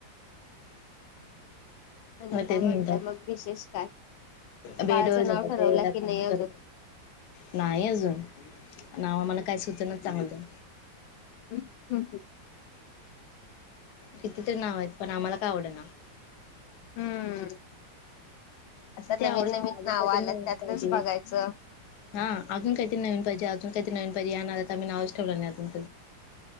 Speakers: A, on the left; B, on the left.
A: आणि काय
B: तेच
A: म्हणताय
B: म्हणतात
A: मग विशेष काय
B: बेडवर
A: बाळाचं
B: झोपायच्या
A: नाव ठरवला
B: वेळेला‌
A: की
B: काम.
A: नाही अजून
B: करत नाही अजून नाव आम्हाला काय सुचना चांगलं.
A: <unintelligible>
B: किती तरी नाव आहेत पण आम्हाला काय आवड ना
A: हम्म
B: असं
A: आता
B: ते आवडत
A: नवीन नवीन
B: नाही अजून
A: नाव
B: काहीतरी
A: आलं
B: नवीन
A: त्यातलंच
B: पाहिजे.
A: बघायचं
B: हा अजून काहीतरी नवीन पाहिजेजून काहीत नवीन पाहिजे आता क नाववेश ठेवला नाही अजून